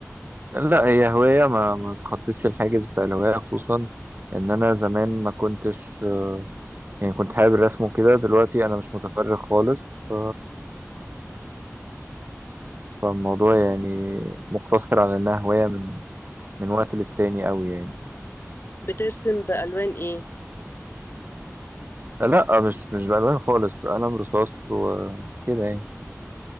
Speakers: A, on the right (about 40°); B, on the left (about 45°).
A: لا هي هواية ما ما تخطيتش الحاجز بتاع الهواية خصوصا ان انا زمان ما كنتش يعني كنت حابب الرسم وكده دلوقتي انا مش متفرغ خالص ف... فالموضوع يعني مقتصر على انها هواية من من وقت للتاني قوي يعني
B: بترسم بألوان ايه
A: لا مش مش بألوان خالص قلم رصاص وكده يعني